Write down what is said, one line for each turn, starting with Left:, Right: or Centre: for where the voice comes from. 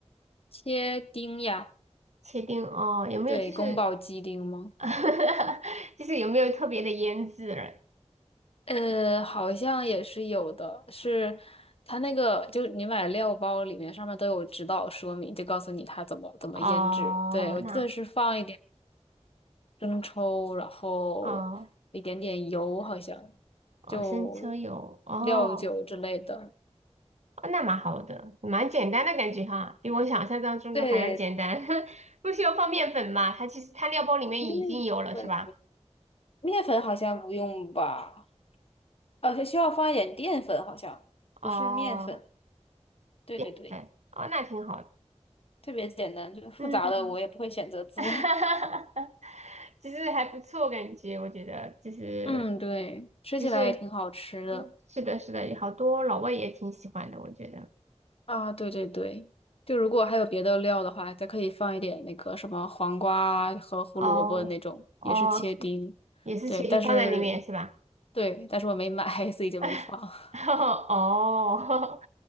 Left: 切丁呀，
Right: 切丁哦，有没有就是
Left: 对，宫保鸡丁吗？
Right: <laughs> 就是有没有特别的腌制了？
Left: 呃，好像也是有的，是它那个就你买料包里面上面都有指导说明，就告诉你它怎么怎么腌制。
Right: 哦，
Left: 对，我记得是放一点
Right: 那
Left: 生抽，然后一点点油，
Right: 哦
Left: 好像
Right: 哦，
Left: 就
Right: 生抽有哦，
Left: 料酒之类的。
Right: 哦那蛮好的，蛮简单的感觉哈，比我想象当中的还要简单，
Left: 对，
Right: <laughs> 不需要放面粉嘛？它其实它料包里面已经有了，
Left: 面粉，
Right: 是吧？
Left: 面粉好像不用吧？哦，需要放一点淀粉，好像不是面粉。
Right: 哦，
Left: 对对对，
Right: 淀粉哦，那挺好的，
Left: 特别简单，就是复杂的我也不会选择做。
Right: 嗯。<laughs> 哈哈哈
Left: <laughs>
Right: 其实还不错，感觉我觉得其实
Left: 嗯，对，吃起来也挺好吃的
Right: 其实嗯是的，是的，有好多老外也挺喜欢的，我觉得
Left: 啊。对对对，就如果还有别的料的话，再可以放一点那个什么黄瓜啊和胡萝卜那种，
Right: 哦哦，
Left: 也是切丁。
Right: 也是茄定放在里面是吧？
Left: 对，但是对，但是我没买，<laughs> 所以就没放。
Right: <laughs> 哦，
Left: 反